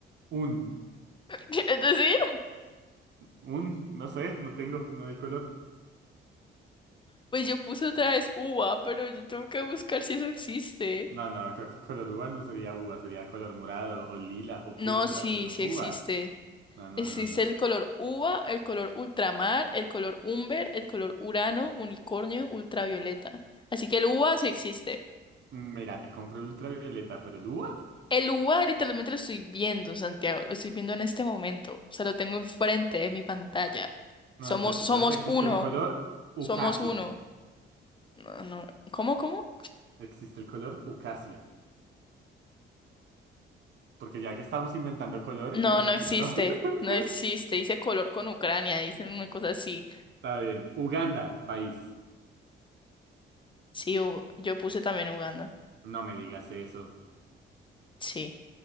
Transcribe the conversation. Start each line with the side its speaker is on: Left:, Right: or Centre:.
Right: un,
Left: <laughs> Es decir,
Right: un, no sé, no tengo, no hay color.
Left: pues yo puse otra vez uva, pero yo tengo que buscar si eso existe.
Right: No, no, creo que color uva no sería uva, sería color morado o lila o
Left: No,
Right: púrpura,
Left: sí,
Right: pero
Left: sí
Right: uva.
Left: existe.
Right: No, no,
Left: Existe
Right: no, no.
Left: el color uva, el color ultramar, el color umber, el color urano, unicornio, ultravioleta. Así que el uva sí existe.
Right: Mm, Mira, te compro el ultravioleta, pero el uva.
Left: El lugar literalmente lo estoy viendo, Santiago, lo estoy viendo en este momento, o sea, lo tengo enfrente de mi pantalla. Somos,
Right: No, ento-
Left: somos
Right: entonces existe
Left: uno,
Right: un color ucasia.
Left: somos uno. No, no, ¿cómo, cómo?
Right: Existe el color ucasia. Porque ya que estamos inventando colores,
Left: No,
Right: pues
Left: no
Right: sí,
Left: existe,
Right: no. <laughs>
Left: no existe. Dice color con Ucrania, dice una cosa así.
Right: Está bien. Uganda, país.
Left: Sí, Ug- yo puse también Uganda.
Right: No me digas eso.
Left: Sí.